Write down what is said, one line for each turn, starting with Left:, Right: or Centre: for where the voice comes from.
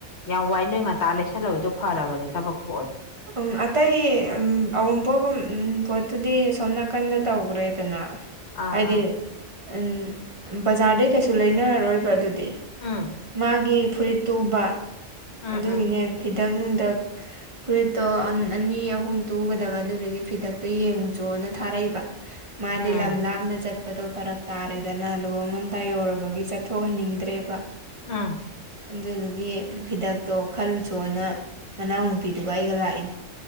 Left: ꯌꯥꯝ ꯋꯥꯏ ꯅꯣꯏ ꯉꯟꯇꯥ ꯂꯩꯁꯜꯂꯛꯏꯗꯣ ꯐꯔꯕꯅꯦ ꯊꯕꯛ ꯊꯣꯛꯑꯗꯤ
Right: ꯎꯝ ꯑꯇꯩ ꯑꯎꯡꯄꯣꯛꯨꯝ ꯄꯣꯠꯇꯨꯗꯤ ꯁꯣꯝ ꯅꯥꯀꯟꯗ ꯇꯧꯈ꯭ꯔꯦꯗꯅ
Left: ꯑ
Right: ꯍꯥꯏꯗꯤ
Left: ꯑ
Right: ꯎꯝ ꯕꯖꯥ꯭ꯔꯗꯩ ꯀꯩꯁꯨ ꯂꯩꯅꯔꯔꯣꯏꯕ ꯑꯗꯨꯗꯤ
Left: ꯎꯝ
Right: ꯃꯥꯒꯤ ꯐꯨꯔꯤꯠ ꯇꯨꯕ
Left: ꯎꯝ
Right: ꯑꯗꯨꯒꯤꯅꯦ
Left: ꯎꯝ
Right: ꯐꯤꯗꯛ ꯅꯨꯡꯗꯛ ꯐꯨꯔꯤꯠꯇꯣ ꯑꯅꯤ ꯑꯍꯨꯝ ꯇꯨꯒꯗꯕ ꯑꯗꯨꯗꯨꯒꯤ ꯐꯤꯗꯛꯇꯣ ꯌꯦꯡꯉꯨ ꯆꯣꯅ ꯊꯥꯔꯛꯏꯕ ꯃꯥꯗꯤ
Left: ꯎꯝ
Right: ꯂꯝ ꯂꯥꯞꯅ ꯆꯠꯄꯗꯣ ꯐꯔꯛ ꯇꯥꯔꯦꯗꯅ ꯂꯨꯍꯣꯡꯉꯝꯗꯥ ꯌꯧꯔꯕꯒꯤ ꯆꯠ ꯊꯣꯛꯍꯟꯅꯤꯡꯗ꯭ꯔꯦꯕ
Left: ꯑꯥ
Right: ꯑꯗꯨꯗꯨꯒꯤ ꯐꯤꯗꯛꯇꯣ ꯈꯜꯂꯨꯁꯣꯅ ꯃꯅꯥꯎꯅꯨꯄꯤꯗꯨꯒ ꯑꯩꯒ ꯂꯥꯛꯏꯅꯦ